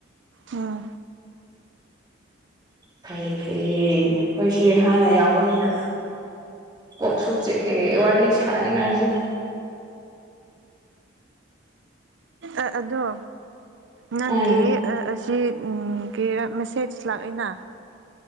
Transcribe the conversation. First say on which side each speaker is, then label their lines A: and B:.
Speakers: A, on the right; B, on the right.
A: ꯎꯝ
B: ꯐꯩ ꯐꯩꯌꯦ ꯈꯣꯏꯁꯦ ꯍꯥꯟꯅ ꯌꯥꯎꯕꯅꯤꯅ꯫ ꯀꯣꯛꯁꯨ ꯆꯤꯛꯑꯦ ꯋꯥꯔꯤ ꯁꯥꯅꯤꯉꯥꯏꯁꯨ
A: ꯑ ꯑꯗꯣ ꯅꯪꯒꯤ
B: ꯎꯝ
A: ꯑ ꯑꯁꯤ ꯎꯝ ꯑꯪ ꯀꯔꯤꯔꯥ ꯃꯦꯁꯦꯖ ꯂꯥꯛꯑꯦꯅ꯫